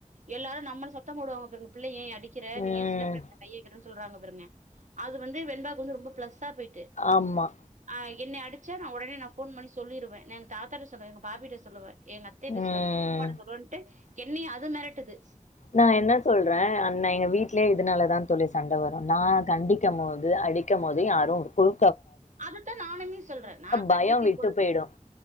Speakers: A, on the right; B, on the left.
A: எல்லாரு நம்மள சத்தோ போடுவாங்க பார்ங்க பிள்ளை ஏ அடிக்கிற
B: ம்.
A: நீ ஏ சின்ன புள்ள மேல கைய வக்ரனு சொல்றாங்க பாருங்க அது வந்து வெண்பாக்கு வந்து ரொம்ப பிளஸ் சா போயிட்டு
B: ஆமா.
A: ஆ என்னைய அடுச்சா நா உடனே நா ஃபோன் பண்ணி சொல்லிருவே நா எங்க தாத்தாட்ட சொல்லுவே பார்பிட்ட சொல்லுவே எங்க அத்தேட்ட
B: ம்.
A: சொல்வே எங் பெரிப் பாட்ட சொல்லுவேன்ட்டு என்னய அது மெரட்டுது
B: நா என்ன சொல்றே அன்ன எங்க வீட்லயே இதுனாலதா தோழி சண்ட வரு நா கண்டிக்க மோது அடிக்க மோது யாரும் குரு
A: அததா நானுமே சொல்றே நா கண்டிக்க
B: பயம் விட்டு
A: போது
B: போயிடும்.